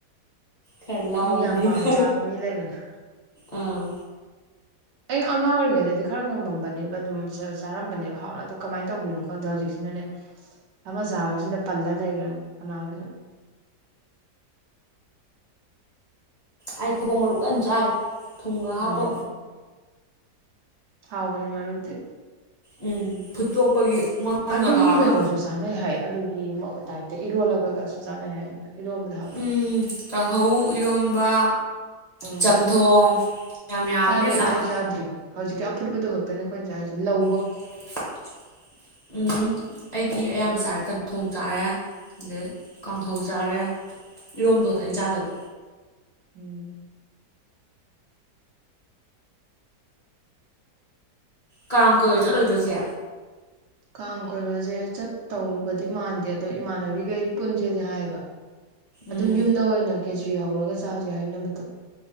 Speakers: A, on the left; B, on the right.
A: ꯈꯔ ꯂꯥꯎꯕꯅꯤꯅ
B: ꯃꯤ ꯌꯥꯝ ꯄꯥꯝ ꯆꯥꯕ ꯃꯤ ꯂꯩꯕꯅ
A: ꯑꯥ
B: ꯑꯩ ꯑꯉꯥꯡ ꯑꯣꯏꯔꯤꯉꯩꯗꯗꯤ ꯈꯔ ꯉꯝꯃꯝꯕꯅꯦꯕ ꯑꯗꯨꯝ ꯆꯥꯔꯝꯕꯅꯦꯕ ꯍꯥꯎꯅ ꯑꯗꯣ ꯀꯃꯥꯏꯅ ꯇꯧꯗ꯭ꯔꯤꯅꯣ ꯈꯪꯗꯦ ꯍꯧꯖꯤꯛꯁꯤꯅꯅꯦ ꯑꯃ ꯆꯥꯕꯁꯤꯗ ꯄꯜꯂ ꯂꯩꯈ꯭ꯔꯅꯤ ꯀꯅꯥꯏꯁꯤꯅ
A: ꯑꯩ ꯊꯤꯕꯣꯛ ꯃꯔꯨꯞ ꯀꯟꯅ ꯆꯥꯏ ꯊꯨꯝꯒ ꯍꯥꯞꯄ
B: ꯎꯝ ꯍꯥꯎꯕꯅꯦ ꯃꯔꯨꯗꯤ
A: ꯎꯝ ꯐꯨꯠꯇꯣꯛꯄꯒꯤ ꯃꯣꯟꯒ
B: ꯑꯗꯨ
A: ꯂꯥꯎꯔꯒ
B: ꯃꯤ ꯀꯩꯅꯣꯁꯨ ꯆꯥꯅꯩ ꯍꯥꯏ ꯑꯗꯨꯒꯤ ꯇꯥꯏꯞꯇ ꯏꯔꯣꯜꯂꯒꯁꯨ ꯆꯥꯅꯩ ꯍꯥꯏ ꯏꯔꯣꯕꯗ
A: ꯎ ꯀꯥꯡꯍꯧ ꯏꯔꯣꯝꯕ
B: ꯎꯝ
A: ꯆꯝꯊꯣꯡ ꯌꯥꯝ ꯌꯥꯕꯅꯦ
B: ꯆꯥꯗꯦ
A: ꯆꯥꯕ
B: ꯑꯝꯇꯗꯤ ꯆꯥꯗ꯭ꯔꯤ ꯍꯧꯖꯤꯛꯀꯤ ꯑꯄꯨꯠꯕꯗꯨꯣ ꯈꯛꯇꯅꯦ ꯑꯩꯈꯣꯏꯅꯁ ꯍꯥꯏꯁꯦ ꯂꯧ
A: <inaudible> ꯎꯝ ꯑꯩꯗꯤ ꯑꯌꯥꯝꯕ ꯆꯥꯔꯦꯝ ꯊꯣꯡ ꯆꯥꯔꯦ ꯑꯗ ꯀꯥꯡꯍꯧ ꯆꯥꯔꯦ ꯏꯔꯣꯝꯗꯣꯇꯅꯤ ꯆꯥꯗꯕ
B: ꯎꯝ
A: ꯀꯥꯡ ꯀꯣꯏꯕ ꯆꯠꯂꯣꯏꯗꯣꯔ ꯆꯦ
B: ꯀꯥꯡ ꯀꯣꯏꯕꯁꯦ ꯆꯠꯇꯧꯕꯗꯤ ꯃꯥꯟꯗꯦ ꯑꯗꯣ ꯏꯃꯥꯟꯅꯕꯤꯈꯩ ꯄꯨꯟꯁꯦꯗꯤ ꯍꯥꯏꯌꯦꯕ ꯑꯗꯨꯝ
A: ꯎꯝ
B: ꯌꯨꯝꯗ ꯑꯣꯏꯅ ꯈꯦꯆ꯭ꯔꯤ ꯍꯧꯔꯒ ꯆꯥꯥꯁꯦ ꯍꯥꯏꯅꯕꯗꯣ